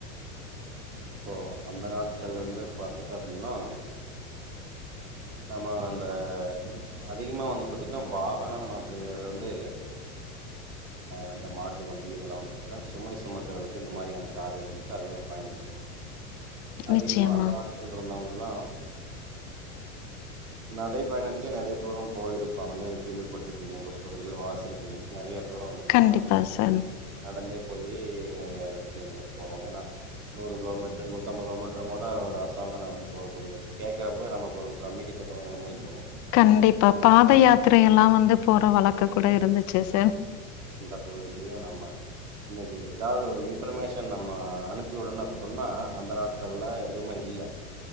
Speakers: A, on the right; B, on the left.
A: இப்போ அந்த நாட்கள்லருந்து பாத்துட்டோ அப்டீன்னா நம்ம அந்த அதிகமா வந்து பாத்தீட்னா வாகனம் அப்டீங்கிறது வந்து அந்த மாட்டு வண்டி இதெல்லா வந்து பாத்தீங்கன்னா சுமை சுமக்குறதுக்கு இந்த மாரியான காரியங்களுக்குதா அதிகமா பயன்படு அதிகமா
B: நிச்சயமா.
A: அந்த நாட்கள் இருந்தவங்கல்லா நடை பயணத்துலயே நெறைய தூரம் போயிருப்பாங்க நீங்க கேள்விப்பட்ருப்பீங்க பஸ்சுகள் வாசுச்சிருப்பீங்க நெறைய தூரோ வந்து பாத்தீங்கன்னா
B: கண்டிப்பா சார்
A: நடந்தே போயி நெறைய விஷயங்களுக்கு போவாங்கன்னா நூறு கிலோமீட்டர் நூத்தம்பது லோமீட்டர்லா கூட ஒரு அசால்ட்டா நடந்து போகக்கூடியது கேட்கறப்போ நமக்கு ஒரு பிரம்க்கிது <inaudible> ருக்கு
B: கண்டிப்பா பாத யாத்திரை எல்லா வந்து போற வழக்க கூட இருந்துச்சு சார்
A: இந்த பொருதிலயு நம்ம இன்னைக்கு எதாது ஒரு இன்ஃபர்மேஷன் நம்ம அனுப்பிவிடணு அப்புன்னா அந்த நாட்கள்ல எதுமே இல்ல